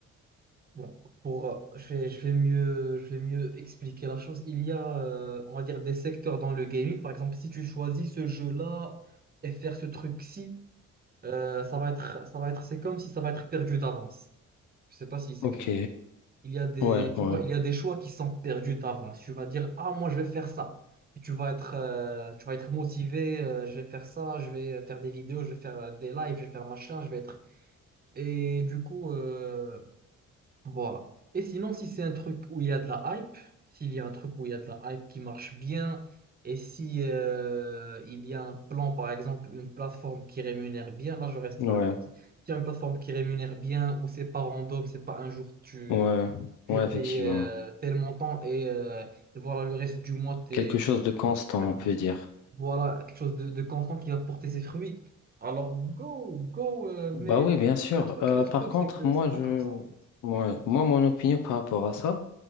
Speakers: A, on the right; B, on the left.
A: Bon, pour, euh, je vais, je vais mieux, je vais mieux expliquer la chose. Il y a, euh, on va dire, des secteurs dans le gaming. Par exemple, si tu choisis ce jeu-là et faire ce truc-ci, euh, ça va être, ça va être, c'est comme si ça va être perdu d'avance. Je sais pas si c'est
B: ok,
A: clair. Il y a des,
B: ouais,
A: tu
B: ouais,
A: vois, il y a des choix qui sont perdus d'avance. Tu vas dire, ah, moi, je vais faire ça. Et tu vas être, euh, tu vas être motivé. euh, je vais faire ça. Je vais faire des vidéos. Je vais faire euh, des lives. Je vais faire machin. Je vais être. Et du coup. euh, voilà. Et sinon, si c'est un truc où il y a de la hype, s'il y a un truc où il y a de la hype qui marche bien, et si euh, il y a un plan, par exemple, une plateforme qui rémunère bien, là je reste
B: ouais,
A: vague comme ça. S'il y a une plateforme qui rémunère bien, où c'est pas random, c'est pas un jour tu,
B: ouais,
A: tu
B: ouais,
A: es payé
B: effectivement.
A: euh, tel montant et, euh, et voilà le reste du mois t'es,
B: Quelque chose
A: tu
B: de constant,
A: pas gratos.
B: on peut dire.
A: Voilà quelque chose de, de constant qui va porter ses fruits. Alors go, go, euh,
B: Bah
A: mais
B: oui,
A: le,
B: bien sûr.
A: le truc,
B: Euh,
A: le truc,
B: par contre,
A: c'est que
B: moi,
A: c'est
B: je...
A: pas comme ça en fait.
B: ouais, moi, mon opinion par rapport à ça,